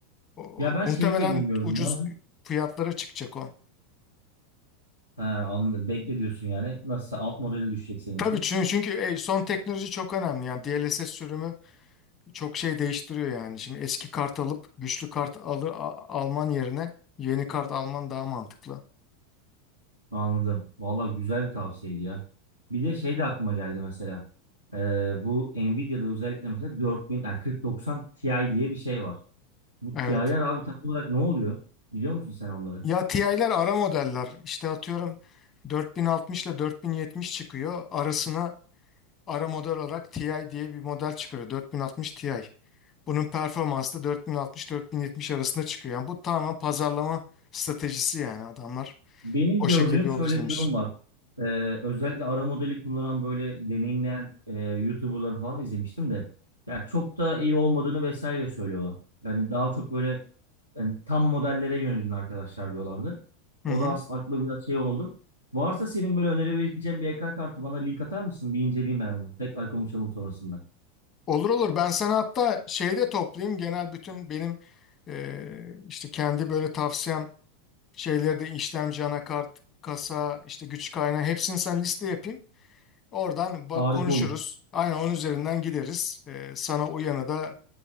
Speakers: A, on the left; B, on the left.
A: O, o-
B: Ya ben
A: muhtemelen
B: şeyi de bilmiyorum.
A: ucuz
B: Bazen...
A: fiyatlara çıkacak o.
B: He, anladım. Bekle diyorsun yani. Nasılsa alt modeli düşecek seninki.
A: Tabii çünkü, çünkü e, son teknoloji çok önemli. Yani DLSS sürümü çok şey değiştiriyor yani. Şimdi eski kart alıp güçlü kart alı, a- alman yerine yeni kart alman daha mantıklı.
B: Anladım. Vallahi güzel bir tavsiyeydi ya. Bir de şey de aklıma geldi mesela. Ee, bu Nvidia'da özellikle mesela 4000, yani 4090 Ti diye bir şey var. Bu
A: Evet.
B: Ti'ler abi tam olarak ne oluyor? Biliyor musun sen onları?
A: Ya TI'ler ara modeller. İşte atıyorum 4060 ile 4070 çıkıyor. Arasına ara model olarak TI diye bir model çıkarıyor. 4060 Ti. Bunun performansı da 4060-4070 arasında çıkıyor. Yani bu tamamen pazarlama stratejisi yani adamlar.
B: Benim
A: O
B: gördüğüm
A: şekilde bir yol
B: şöyle
A: izlemiş.
B: bir durum var. Ee, özellikle ara modeli kullanan böyle deneyimleyen e, YouTuber'ları falan izlemiştim de. Ya çok da iyi olmadığını vesaire söylüyorlar. Yani daha çok böyle yani tam modellere yönelin arkadaşlar diyorlardı.
A: Hı
B: O
A: hı.
B: da aslında aklıma biraz şey oldu. Varsa senin böyle önerebileceğin bir ekran kartı bana link atar mısın? Bir inceleyeyim ben onu. Tekrar konuşalım sonrasında.
A: Olur olur ben sana hatta şeyde toplayayım genel bütün benim eee, işte kendi böyle tavsiyem şeyleri de işlemci, anakart, kasa, işte güç kaynağı hepsini sana liste yapayım. Oradan bak
B: Harika
A: konuşuruz.
B: olur.
A: Aynen onun üzerinden gideriz. Eee, sana uyanı da